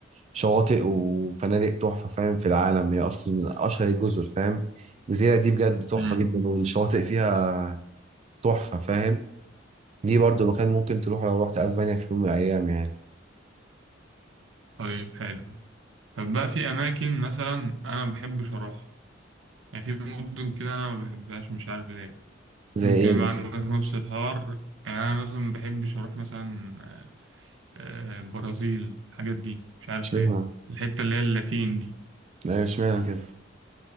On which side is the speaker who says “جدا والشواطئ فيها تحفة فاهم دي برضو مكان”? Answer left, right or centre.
Right